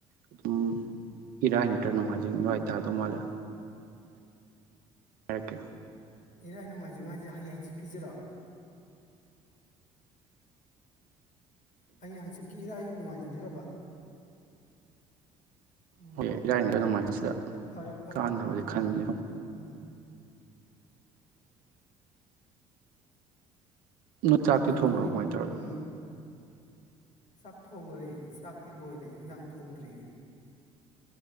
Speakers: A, on the right (about 65°); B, on the left (about 55°).
A: ꯑꯗꯨꯝ ꯏꯔꯥꯏ ꯅꯠꯇ꯭ꯔ ꯅꯣꯡꯃꯥꯏꯖꯤꯡ ꯂꯥꯏ ꯇꯗꯧ ꯃꯥꯜꯂꯦ ꯑꯣꯀꯦ
B: ꯏꯔꯥꯏ ꯅꯣꯡꯃꯥꯏꯖꯤꯡ ꯉꯥꯏꯁꯦ ꯍꯌꯦꯡ ꯆꯤꯠꯀꯤꯁꯤꯔꯥ ꯑꯩ ꯍꯪꯆꯤꯠꯀꯤ ꯏꯔꯥꯏ ꯅꯣꯡꯉꯥꯏꯖꯤꯡꯖꯔꯕ ꯎꯝ
A: ꯍꯣꯏ ꯏꯥꯏꯅꯦ ꯑꯗꯨꯃꯥꯏꯅ ꯁꯤꯗ
B: ꯐꯔꯦ ꯐꯔꯦ
A: ꯀꯥꯟꯅꯕꯗꯤ
B: ꯑꯗꯨꯃꯥꯏꯅ ꯇꯧꯔ
A: ꯈꯟꯕꯅꯤ
B: ꯂꯩꯔꯣ ꯎꯝ
A: ꯅꯣꯏ ꯆꯥꯛꯇꯤ
B: ꯑꯗꯨꯗꯤ
A: ꯊꯣꯡꯈ꯭ꯔꯕꯣ ꯀꯃꯥꯏꯅ ꯇꯧꯔꯒꯦ
B: ꯎꯝ ꯆꯥꯛ ꯊꯣꯡꯈꯔꯦ ꯆꯥꯛꯇꯤ ꯂꯣꯏꯔꯦ ꯏꯟꯖꯥꯡ ꯊꯣꯡꯗ꯭ꯔꯤꯌꯦ